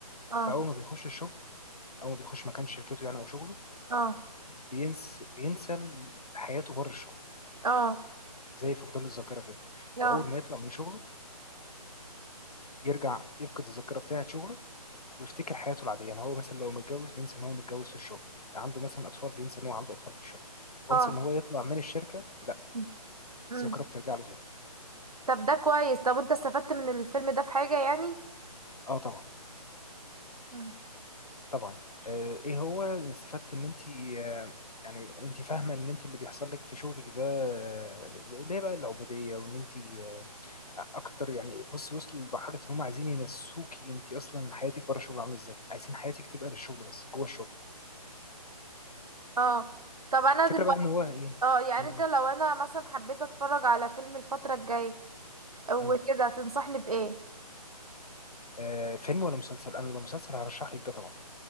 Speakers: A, on the right; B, on the left.
A: اه
B: فاول ما بيخش الشغل اول ما بيخش مكان شركته يعني او شغله
A: اه
B: بينسى بينسى حياته بره الشغل
A: اه
B: زي فقدان الذاكره كده
A: اه
B: واول ما يطلع من شغله يرجع يفقد الذاكره بتاعه شغله ويفتكر حياته العاديه يعني هو مثلا لو متجوز بينسى ان هو متجوز في الشغل عنده مثلا اطفال بينسى ان هو عنده اطفال في الشغل وانس
A: اه
B: ان هو يطلع من الشركه لا
A: مم. مم.
B: الذاكره بترجع له تاني
A: طب ده كويس طب انت استفدت من الفيلم ده في حاجة يعني
B: اه طبعا
A: مم.
B: طبعا آه، ايه هو اللي استفدت ان انت آه، يعني انت فاهمه ان انت اللي بيحصل لك في شغلك ده آه، ليه بقى العبوديه وان انت آه، اكتر يعني بصي وصلوا لمرحله ان هم عايزين ينسوكي انت اصلا حياتك بره الشغل عامله ازاي عايزين حياتك تبقى للشغل بس جوه الشغل
A: اه طب انا
B: فكره
A: دلوقتي
B: بقى ان هو ايه
A: اه يعني
B: مم.
A: انت لو انا مثلا حبيت اتفرج على فيلم الفترة الجاية وكده
B: مم.
A: تنصحني بإيه
B: آه، فيلم ولا مسلسل انا لو مسلسل هرشح لك ده طبعا